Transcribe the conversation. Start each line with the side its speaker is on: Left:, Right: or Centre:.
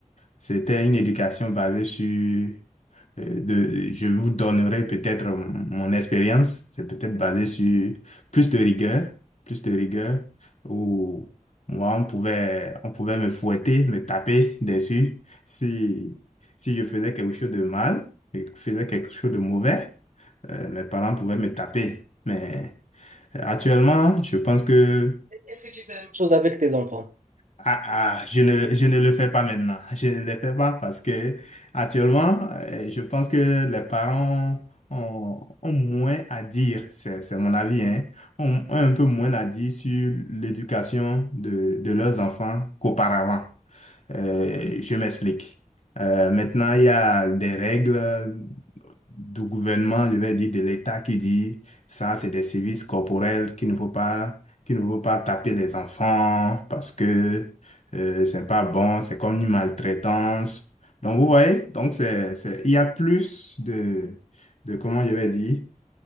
Left: c'était une éducation basée sur, euh, de, je vous donnerai peut-être mon expérience, c'est peut-être basé sur plus de rigueur, plus de rigueur, où moi, on pouvait, on pouvait me fouetter, me taper dessus si, si je faisais quelque chose de mal, et faisais quelque chose de mauvais, euh, mes parents pouvaient me taper, mais Actuellement, je pense que
Right: Est-ce que tu fais la même chose avec tes enfants?
Left: ah, ah, je ne, je ne le fais pas maintenant. <laughs> Je ne le fais pas parce que actuellement, euh, je pense que les parents ont, ont moins à dire, c'est, c'est mon avis, hein, ont, ont un peu moins à dire sur l'éducation de, de leurs enfants qu'auparavant. Euh, je m'explique. Euh, maintenant, il y a des règles du gouvernement, je vais dire de l'État qui dit ça, c'est des services corporels qu'il ne faut pas, qu'il ne faut pas taper les enfants parce que euh, c'est pas bon, c'est comme une maltraitance. Donc vous voyez, donc c'est, c'est, il y a plus de, de comment je vais dire,